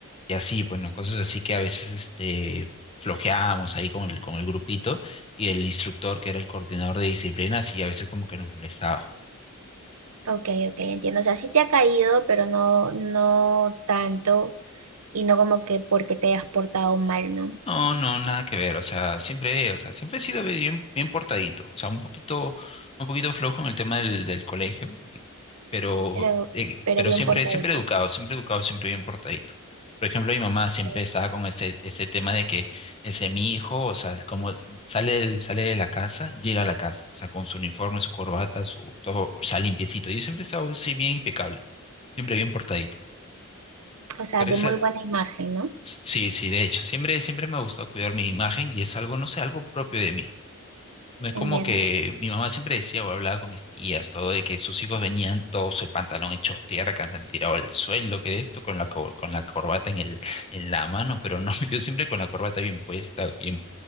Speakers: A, on the left; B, on the right.
A: y así, bueno, cosas así que a veces este, flojeábamos ahí con el, con el grupito y el instructor, que era el coordinador de disciplina, sí, a veces como que nos molestaba.
B: Ok, ok, entiendo. O sea, sí te ha caído, pero no, no tanto y no como que porque te has portado mal, ¿no?
A: No, no, nada que ver, o sea, siempre, o sea, siempre he sido bien, bien portadito, o sea, un poquito, un poquito flojo en el tema del, del colegio, un poquito, pero,
B: Pero,
A: eh,
B: pero
A: pero
B: bien
A: siempre,
B: portadito.
A: siempre educado, siempre educado, siempre bien portadito. Por ejemplo, mi mamá
B: Ok.
A: siempre estaba con ese, ese tema de que ese mi hijo, o sea, como sale, del- sale de la casa, llega a la casa, o sea, con su uniforme, su corbata, su todo, o sea, limpiecito. Yo siempre he estado así bien impecable, siempre bien portadito.
B: O sea,
A: Pero
B: de
A: esa
B: muy buena imagen, ¿no?
A: Sí, sí, de hecho, siempre, siempre me ha gustado cuidar mi imagen y es algo, no sé, algo propio de mí. No es como
B: Entiendo.
A: que mi mamá siempre decía o hablaba con mis tías, todo de que sus hijos venían todos el pantalón hecho tierra, que han tirado al suelo, que esto, con la, co- con la corbata en el, en la mano, pero no, <laughs> yo siempre con la corbata bien puesta, bien,